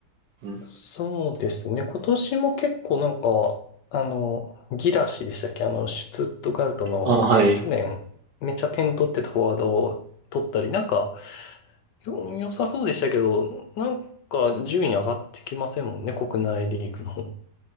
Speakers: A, on the right; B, on the left.
A: うん、
B: そうですね。今年も結構なんか、あの、ギラシでしたっけあの、シュツットガルトの、
A: あ、はい。
B: 去年、めっちゃ点取ってたフォワードを取ったり、なんか、よ、良さそうでしたけど、なんか、順位上がってきませんもんね、国内リーグの方。